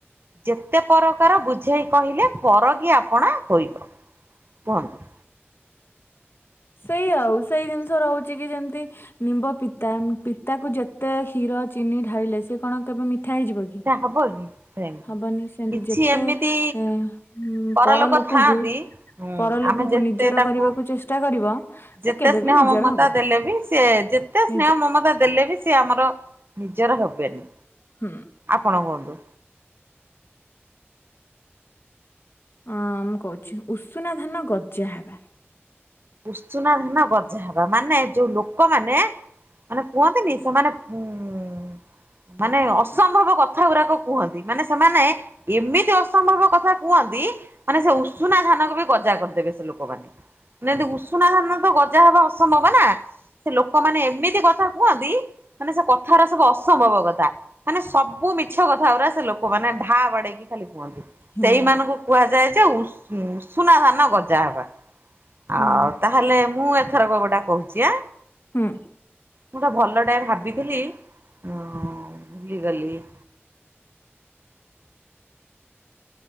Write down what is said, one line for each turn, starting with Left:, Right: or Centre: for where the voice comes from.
Right: ଯେତେ ପରକାର ବୁଝେଇ କହିଲେ ପର କିି ଆପଣା ହୋଇବ କୁହନ୍ତୁ?
Left: ସେଇଆ ଆଉ ସେଇ ଜିନିଷ ରହୁଛିକି ଯେମତି ନିମ୍ବ ପିତା ପିତାକୁ ଯେତେ କ୍ଷୀର ଚିନି ଢାଳିଲେ ସେ କଣ କେବେ ମିଠା ହେଇଯିବ କି?
Right: ତା ହବ କି ସେମିତି
Left: ହବନି ସେମିତି
Right: କିଛି
Left: ଯେତେ
Right: ଏମିତି
Left: ଏ
Right: ପରଲୋକ
Left: ପର ଲୋକକୁ
Right: ଥାଆନ୍ତି ହୁଁ
Left: ପରଲୋକକୁ
Right: ଆମେ ଯେତେ
Left: ନିଜର
Right: ତାଙ୍କୁ
Left: କରିବାକୁ ଚେଷ୍ଟା କରିବ ସେ
Right: ଯେତେ
Left: କେବେ
Right: ସ୍ନେହ
Left: ବି ନିଜର
Right: ମମତା
Left: ହବନି
Right: ଦେଲେ ବି ସେ ଯେତେ
Left: ନିଜ
Right: ସ୍ନେହ ମମତା ଦେଲେ ବି ସେ ଆମର ନିଜର ହେବେନି।
Left: ହୁଁ।
Right: ଆପଣ କୁହନ୍ତୁ।
Left: ହଁ ମୁଁ କହୁଛି ଉଷୁନା ଧାନ ଗଜା ହେବା।
Right: ଉଷୁନା ଧାନ ଗଜା ହବା ମାନେ ଯୋଉ ଲୋକମାନେ ମାନେ କୁହନ୍ତିନି ସେମାନେ ଉ ମାନେ ଅସମ୍ଭବ କଥା ଗୁରାକ କୁହନ୍ତି ମାନେ ସେମାନେ ଏମିତି ଅସମ୍ଭବ କଥା କୁହନ୍ତି ମାନେ ସେ ଉଷୁନା ଧାନକୁ ବି ଗଜା କରିଦେବେ ସେ ଲୋକମାନେ। <unintelligible> ଉଷୁନା ଧାନ ତ ଗଜା ହବା ଅସମ୍ଭବ ନା ସେ ଲୋକମାନେ ଏମିତି କଥା କୁହନ୍ତି ମାନେ ସେ କଥାର ସବୁ ଅସମ୍ଭବ କଥା। ମାନେ ସବୁ ମିଛ କଥା ଗୁରା ସେ ଲୋକମାନେ ଢା ବାଡେଇକି ଖାଲି କୁହନ୍ତି।
Left: ହୁଁ
Right: ସେଇମାନଙ୍କୁ କୁହାଯାଏ ଯେ ଉଷ ଉଷୁନା ଧାନ ଗଜା ହବା।
Left: ହୁଁ
Right: ଆଉ ତାହେଲେ ମୁଁ ଏଥର କବଡା କହୁଛି ଆଁ।
Left: ହୁଁ।
Right: ମୁଁ ତ ଭଲଟେ ଭାବିଥିଲି ଉଁ ଭୁଲିଗଲି।